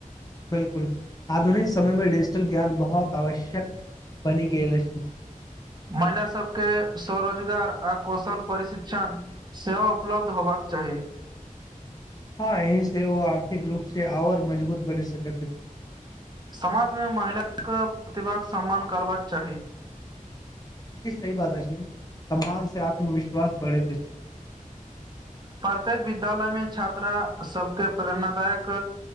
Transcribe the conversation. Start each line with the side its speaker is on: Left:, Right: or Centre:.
Left: बिलकुल आधुनिक समयमे डिजिटल ज्ञान बहुत आवश्यक बनि गेल अछि
Right: महिला सबके स्वरोजगार आ कौशल प्रशिक्षण सेहो उपलब्ध होबाक चाहि
Left: हँ यहीं सेहो आर्थिक रूप से आओर मजबूत बनि सकैत अछि
Right: समाजमे महिलाके प्रतिभाक सम्मान करबाक चाहि
Left: ई सही बात अछि समान से आत्मविश्वास बढ़ेत
Right: प्रत्येक विद्यालय मे छात्रा सबके प्रेरणादायक